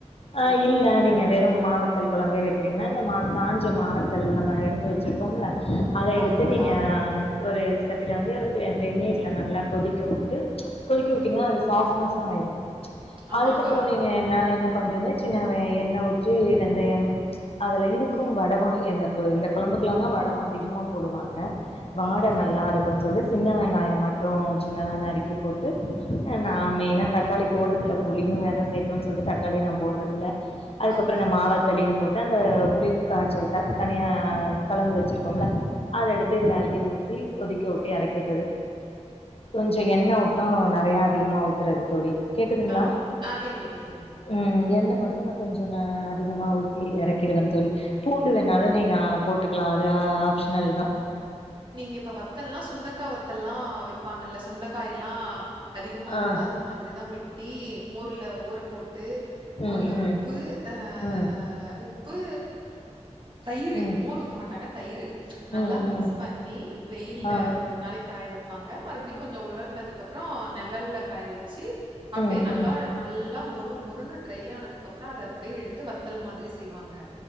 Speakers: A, on the left (about 55°); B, on the right (about 40°).
A: ஆ
B: ஓகே,
A: இல்ல
B: ஓகே.
A: நீங்க வெறும் மாவத் தல் கொழம்பே வைக்கிறீங்கனா இந்த மா காஞ்ச மாவத்தல் நம்ம எடுத்து வச்சருக்கோம்ல அத எடுத்து
B: ஆமாங்க்கா.
A: நீங்க ஒரு சட்டில வந்து ய வெநீர்ல நல்லா கொதிக்க விட்டு கொதிக்க
B: ம்.
A: விட்டீங்கனா அது சாஃப்ட்னஸா ஆயிரு
B: ஆ
A: அதுக்கப்பறோ
B: மாங்கா.
A: நீங்க என்ன என்ன பண்றீங்க சின்ன வெ எண்ணெ ஊற்றி வெந்தயம் அதுல இதுக்கு வடவோ இந்த இந்த குழம்புக்கெல்லா தா வடகோ அதிகமா போடுவாங்க வாட
B: ஆ ஓகேங்க்கா.
A: நல்லா இருக்குன்னு சொல்ட்டு சின்ன வெங்காய மட்டு சின்னதா நறுக்கி போட்டு அ நா
B: ம், ம்.
A: மெயினா தக்காளி போடுறது இல்ல புளியு வேற சேக்குறோன்னு சொல்ட்டு தக்காளி நா போடுறது இல்ல அதுக்கப்பறோ
B: ஓகே,
A: இந்த
B: ஓகே.
A: மாவத்தலையு போட் டு அந்த புளி காய்ச்சல் தா தனியா கலந்து வச்சிருக்கோம்ல அது எடுத்து இதுல அள்ளி ஊத்தி கொதிக்க
B: ஹலோ?
A: வுட்டே‌ எறக்கறது கொஞ்சோ எண்ணெ மட்டு நெறையா அதிகமா ஊத்தறது தோழி கேக்குதுங்களா
B: ஆ ஓகே. ஆ கேக்குது, கேக்குதுங்க்கா.
A: ம் எண்ணெ மட்டு நா கொஞ்ச நா அதிகமாக ஊத்தி எறக்கிடுவே தோழி பூண்டு வேணாலு நீங்க போட்டுக்கலா அது ஆப்ஷனல் தா
B: நீங்க இப்ப வத்தல்ல்லா சுண்டக்கா வத்தெல்லா வப்பாங்கல்ல சுண்டைக்காயெல்லா அதிகமா
A: ஆ.
B: இருந்தா இந்த மாதிரிதா வெட்டி மோர்ல ஊற போட்டு மோர்ல
A: ம், ம்,
B: உப்பு ஆஹ்
A: ம்,
B: உப் உப்பு தயிரு
A: ம்,
B: மோர் ஊத்த மாட்டாங்க தயிரு நல்லா
A: ம்,
B: மிக்ஸ்
A: ம்.
B: பண்ணி வெயில்ல
A: ஆ.
B: ஒரு ரெண்டு நாளைக்கு காய வப் ப்பாங்க மறுபடிகொஞ்சோ உளர்னதுக்குப்புறோ நிழல்ல காய வச்சு அப்டியே
A: ம்,
B: நல்லா
A: ம்.
B: நல்லா மொறு மொறுன்னு ட்ரை ஆனதுக்கு அப்பறோ அத அப்டியே எடுத்து வத்தல் மாரி செய்வாங்க